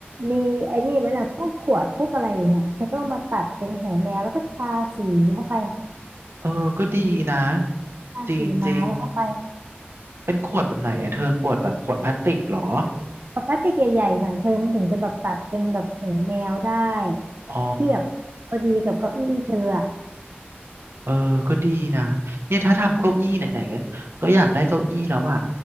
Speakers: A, on the right (about 55°); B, on the right (about 80°).
A: มีไอ้นี่เวลาพวกขวดพวกอะไรอย่างเงี้ยเธอก็เอามาตัดเป็นหูแมวแล้วก็ทาสีเข้าไป
B: เออก็ดีนะ
A: ทาสีไม้เข้าไป
B: จริงจริงเป็นขวดแบบไหนอะเธอขวดแบบขวดพลาสติกเหรอ
A: ปกติใหญ่ๆหน่อยเธอมันถึงจะแบบตัดเป็นแบบหูแมวได้
B: อ๋อ
A: ที่แบบพอดีกับเก้าอี้เธออะ
B: เออก็ดีนะเนี่ยถ้าทำเก้าอี้ไหนๆก็ก็อยากได้เก้าอี้แล้วอ่ะ